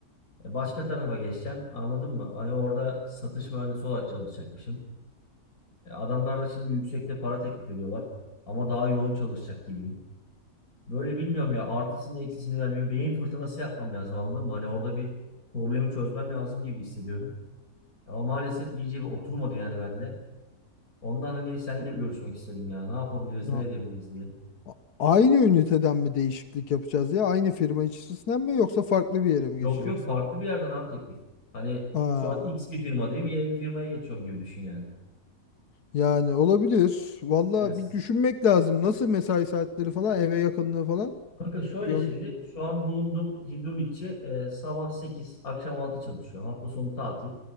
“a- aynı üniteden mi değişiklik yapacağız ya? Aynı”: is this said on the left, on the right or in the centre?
Left